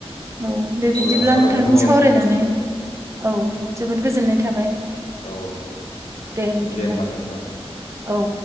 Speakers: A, on the right (about 25°); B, on the left (about 85°).
A: औ दे बिदिब्ला
B: अब्ला सावरायनायखौ
A: नोंथांजों
B: बावनो
A: सावरायनानै
B: दोनथ' जासिगोन
A: औ जोबोद गोजोननाय थाबाय
B: औ औ
A: दे बिदिब्ला
B: होमबा नोंथां
A: औ